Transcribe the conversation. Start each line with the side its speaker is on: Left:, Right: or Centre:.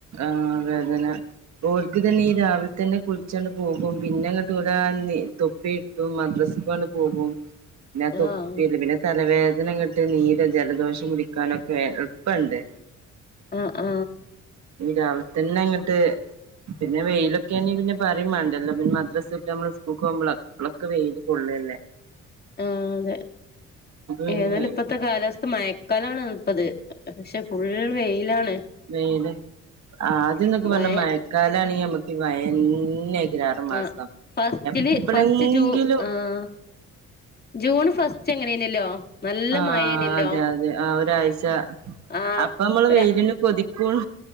Right: ആ വേദന ഓൽക്ക്ത് നീരാ തന്നെ കുളിച്ചണ്ട് പോകും പിന്നെ <unintelligible> തൊപ്പി ഇട്ടും മദ്രസക്കണ്ട് പോകും പിന്നെ
Left: ആഹ്
Right: തൊപ്പില്ലേ പിന്നെ തലവേദ <unintelligible> കെട്ട് നീരെ ജലദോഷം പിടിക്കാനൊക്കെ എൾപ്പണ്ട്
Left: അ ആ
Right: രാവിൽ തന്നെ അങ്ങട്ട് പിന്നെ വെയിലൊക്കെ ആണെങ്കി പിന്നെ പറയും വേണ്ടല്ലോ പിന്നെ മദ്രാസട്ട് നമ്മള് സ്കൂൾക്ക് പോകുമ്പോളോക്കെ വെയ്ല് കൊള്ളല്ലേ
Left: ആ അതെ
Right: പിന്നെ
Left: ഏതായാലും ഇപ്പത്തെ കാലാവസ്ഥ മയക്കാലാണ് ഇപ്പത് പക്ഷെ ഫുള്ള് വെയ്ലാണ്
Right: വെയ്ല് ആദ്യംന്നൊക്കെ പറഞ്ഞ
Left: മഴ
Right: മഴക്കാല <unintelligible> മഴ ന്നെ ആറ് മാസം
Left: ആഹ് ഫസ്റ്റില്
Right: എപ്പലേങ്കിലും
Left: ഫസ്റ്റ് ജൂ ആഹ് ജൂൺ ഫസ്റ്റ് എങ്ങനേന്നല്ലോ നല്ല
Right: ആഹ്
Left: മഴേനല്ലോ
Right: അതെ <unintelligible>
Left: ആഹ്
Right: അപ്പൊ നമ്മള്
Left: ഒര്
Right: വെയ്ലിന് കൊതിക്കും